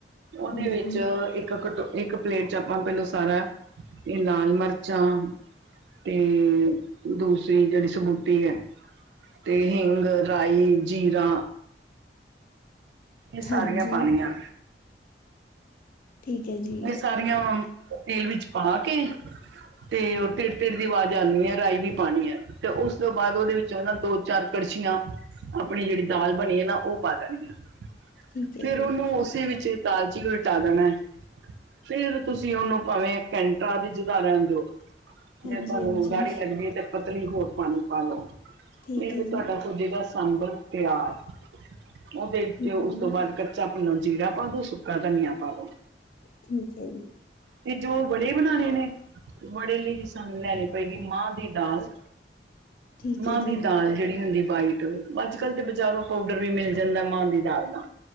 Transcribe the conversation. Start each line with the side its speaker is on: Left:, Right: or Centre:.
Right: ਓਦੇ
Left: ਹਾਂਜੀ,
Right: ਵਿੱਚ ਇੱਕ ਇੱਕ ਕਟੋ-ਇੱਕ ਪਲੇਟ ਚ ਆਪਾਂ ਪੈਲੋਂ ਸਾਰਾ ਏ ਲਾਲ ਮਰਚਾਂ ਤੇ ਦੂਸਰੀ ਜੇੜੀ ਸਬੂਤੀ ਐ ਤੇ ਹਿੰਗ ਰਾਈ ਜੀਰਾ। ਐ ਸਾਰੀਆਂ
Left: ਹਾਂਜੀ।
Right: ਪਾਣੀਆਂ।
Left: ਠੀਕ ਹੈ ਜੀ,
Right: ਐ ਸਾਰੀਆਂ ਤੇਲ ਵਿੱਚ ਪਾ ਕੇ ਤੇ ਓ ਤਿੜ ਤਿੜ ਦੀ ਵਾਜ਼ ਆਂਦੀ ਐ। ਰਾਈ ਵੀ ਪਾਣੀ ਐ ਤੇ ਉਸ ਤੋਂ ਬਾਦ ਓਦੇ ਵਿੱਚ ਓ ਨਾਂ ਦੋ-ਚਾਰ ਕੜਛੀਆਂ ਆਪਣੀ ਜੇੜੀ ਦਾਲ ਬਣੀ ਏ ਨਾ ਓ ਪਾ ਦੇਣੀ ਐ
Left: ਠੀਕ ਹੈ
Right: ਫੇਰ
Left: ਜੀ,
Right: ਓਨੂੰ ਉਸੇ ਵਿੱਚ ਦਾਲ 'ਚ ਈ ਓਲਟਾ ਦੇਣਾ। ਫੇਰ ਤੁਸੀਂ ਓਨੂੰ ਭਾਵੇਂ ਘੰਟਾ ਰਿੱਜਦਾ ਰੈਣ ਦੇਓ।
Left: ਹਾਂਜੀ,
Right: ਜੇ ਤੁਹਾਨੂੰ
Left: ਹਾਂਜੀ,
Right: ਗਾੜੀ ਲੱਗਦੀ ਏ ਤੇ ਪਤਲੀ ਹੋਰ ਪਾਣੀ ਪਾ ਲੋ।
Left: ਠੀਕ
Right: ਏ ਤੇ
Left: ਹੈ ਜੀ।
Right: ਤੁਆਡਾ ਹੋਜੇਗਾ ਸਾਂਬਰ ਤਿਆਰ। ਓਦੇ
Left: ਠੀਕ
Right: ਚ ਉਸ
Left: ਹੈ ਜੀ,
Right: ਤੋਂ ਬਾਦ ਕੱਚਾ ਜੀਰਾ ਪਾ ਦੋ, ਸੁੱਕਾ ਧਨੀਆ ਪਾ ਦੋ।
Left: ਠੀਕ ਐ ਜੀ।
Right: ਤੇ ਜੋ ਵੜੇ ਬਣਾਣੇ ਨੇ, ਵੜੇ ਲਈ ਸਾਨੂੰ ਲੈਣੀ ਪਏਗੀ‌ ਮਾਂ ਦੀ ਦਾਲ,
Left: ਠੀਕ
Right: ਮਾਂ
Left: ਹੈ ਜੀ,
Right: ਦੀ ਦਾਲ ਜੇੜੀ ਹੂੰਦੀ ਵਾਈਟ ਵਾਲੀ। ਅੱਜ ਕੱਲ ਤੇ ਬਜ਼ਾਰੋਂ ਪਾਊਡਰ ਵੀ ਮਿਲ ਜਾਂਦੈ ਮਾਂ ਦੀ ਦਾਲ ਦਾ।